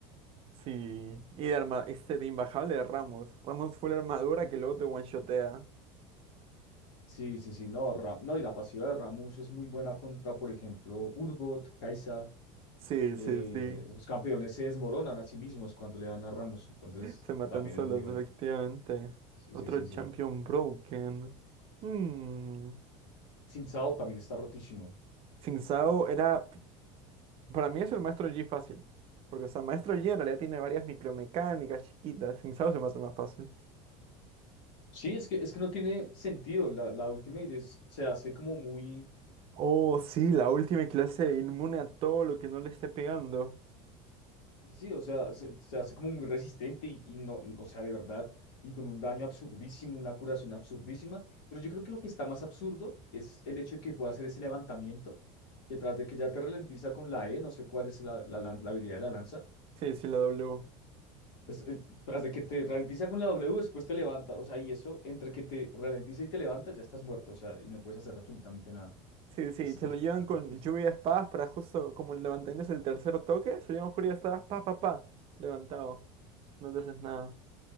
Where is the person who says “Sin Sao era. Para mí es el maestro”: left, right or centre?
Right